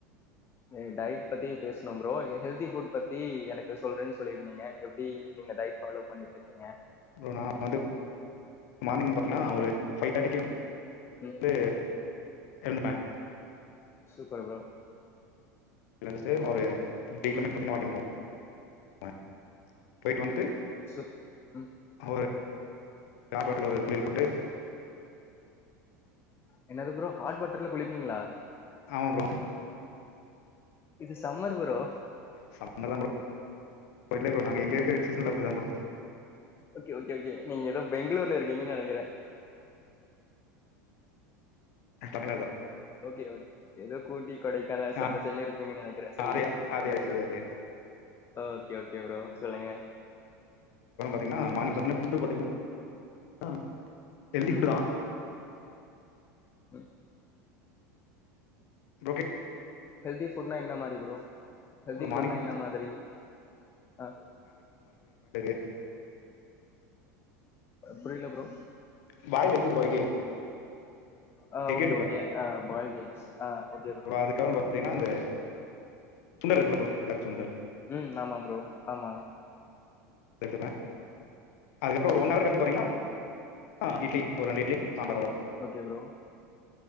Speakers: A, on the left; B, on the left.
A: எனகு டயட் பத்தி பேசனும் ப்ரோ ஹெல்தி ஃபுட் பத்தி எனக்கு சொல்றேன் சொல்லியிருந்தீங்க எப்டி நீங்க டயட் ஃபாலோ பண்ணி ட்ருக்கீங்க
B: ப்ரொ நா வந்து மானிங் பாத்தனா ஒரு பை தேட்டிக்கு
A: ம்
B: து இருந்துப்பே
A: சூப்பர் ப்ரோ
B: நா ஜஸ்ட் ஒரு த்ரீ கிலோமீட்டர் மட்டுதா வாக்கிங் போவே போயிட்டு வந்துட்டு
A: சோ ம்
B: ஒரு ஹாட் வட்டார்ல ஒரு குளில் போட்டு
A: என்னது ப்ரோ ஹாட் வாட்டர்ல குளிப்பீங்களா
B: ஆமா ப்ரோ
A: இது சம்மர் ப்ரோ
B: சம்மதா ப்ரோ ப்ரோ இல்ல ப்ரோ நாங்க எங்க இருக்கிற என்ஸ்ஷன்ல அப்பிடிதா ப்ரோ
A: ஓகே ஓகே ஓகே நீங்க எதோ பெங்களூர்ல இருக்கீங்கன்னு நெனைக்கிறே
B: தமிழ்நாடுதா
A: ஓகே ஓகே எத கூட்டி கொடைக்கான ச
B: ஆ
A: அந்த செயல இருப்பீங்கன்னு நெனைக்கிறே சரி
B: அதே அதே
A: ஓகே
B: அதே அதே
A: ஓ
B: அதே.
A: ஓ ஓகே ஓகே ப்ரோ சொல்லுங்க
B: த்திங்கன்னா மானிங் பாத்தீங்கன்னா ஃபுட்டு பாத்தீங்கன்னா ஹெல்த்தி ஃபுட்டுதா
A: ம் ம்
B: ஓக்கே
A: ஹெல்தி ஃபுட்னா என்ன மாதிரி ப்ரோ ஹெல்தி
B: ப்ரோ
A: ஃபுட்னா
B: மார்னிங்
A: என்ன மாதிரி ஆஹ
B: இன் ஆடியபிள்
A: புரியல ப்ரோ
B: <unintelligible>
A: ஆ
B: எக்
A: ஓகே
B: எடுத்துப்பே
A: ஓகே ஆ பாய்ல்டு எக்ஸ் ஆ ஓகே ப்ரோ
B: அதுக்கப்புறம் பாத்தீங்கன்னா அந்த சுண்டல் இருக்குல்ல ப்ரோ வெள்ள சுண்டல்
A: ம் ஆமா ப்ரோ ஆமா
B: த்துப்பே அதுக்கப்புறோ ஒரு ஒன் ஹவர் கழிச்சி பாத்தீங்கன்னா ஆ இட்லி ஒர் ரெண்டு இட்லி சாம்பார் வ
A: okay bro